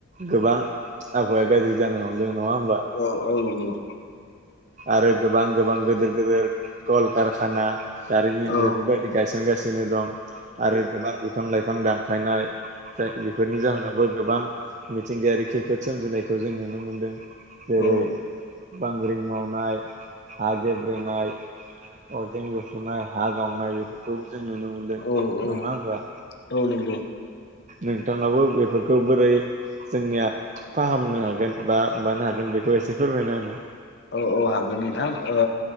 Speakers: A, on the right; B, on the left.
A: गोबां आबहावाया गाज्रि जानो हमदों नङा होमबा
B: औ -औ -औ।
A: आरो गोबां गोबां गिदिर -गिदिर कलकारखाना जारिमिन
B: औ
A: बेफोरबायदि बि गायसनगासिनो दं आरो गोबां बिफां -लाइफां दानफायनाय जाय बेफोरनि जाहोनावबो गोबां मिथिंगायारि खैफोद सोमजिनायखौ जों नुनो मोनदों। जेरै
B: औ
A: बांग्रिं मावनाय, हा गेब्रेनाय अरगें बेरफुनाय हा गावनाय बेफोरखौबो जों नुनो मोनदों
B: औ
A: नङा होनबा
B: औ नंगौ
A: नोंथाङाबो बेफोरखौ बोरै जोंनिया फाहामनो हागोन बा मानो हागोन बेखौ एसे फोरमायना होनाय
B: औ -औ हागोन नोंथां। ओ